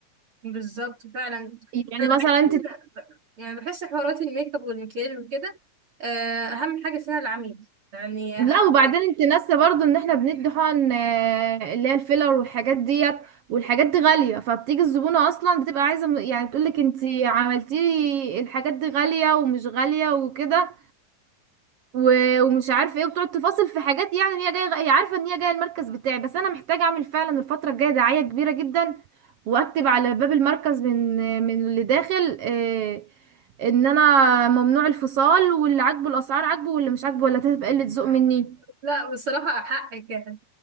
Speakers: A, on the right; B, on the right.
A: بالظبط فعلا
B: يعني
A: انا
B: مثلا
A: بحس إن-
B: انت
A: يعني بحس حوارات الميك اب والمكياج وكده آه، اهم حاجة فيها العميل يعني
B: لا
A: اهم
B: وبعدين
A: حاجة
B: انت ناسه برضو ان احنا بندي حقن آه، اللي هي الفيلر والحاجات ديت والحاجات دي غالية فبتيجي الزبونة اصلا بتبقى عايزة م- يعني بتقولك انت عملتي لي الحاجات دي غالية ومش غالية وكده و- ومش عارفة ايه وبتقعد تفاصل في حاجات يعني هي جاية هي عارفة ان هي جاية المركز بتاعي بس انا محتاجة اعمل فعلا الفترة الجاية دعاية كبيرة جدا واكتب على باب المركز من من اللي داخل آه، ان انا ممنوع الفصال واللي عاجبه الاسعار عاجبه واللي مش عاجبه ولا هتبقى قلة ذوق مني
A: لا بصراحة حقك يعني